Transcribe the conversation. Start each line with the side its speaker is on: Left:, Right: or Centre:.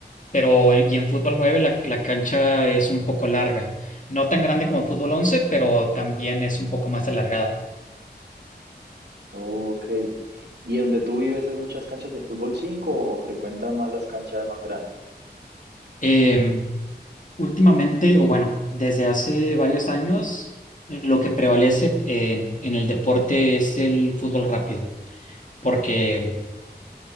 Left: pero y en fútbol 9 la, la cancha es un poco larga, no tan grande como fútbol 11, pero también es un poco más alargada.
Right: Ok. ¿Y donde tú vives hay muchas canchas de fútbol 5 o frecuentas más las canchas más grandes?
Left: Eh, últimamente, o bueno, desde hace varios años, lo que prevalece en, en el deporte es el fútbol rápido, porque,